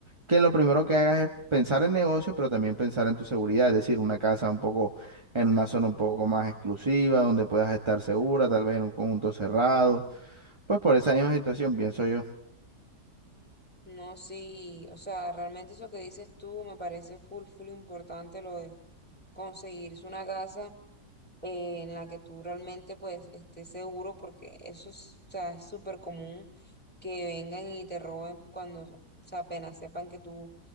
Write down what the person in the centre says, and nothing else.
No, sí, o sea, realmente eso que dices tú me parece full, full importante lo de conseguirse una casa eh, en la que tú realmente pues estés seguro porque eso es, o sea, es súper común que vengan y te roben cuando, o sea, apenas sepan que tú,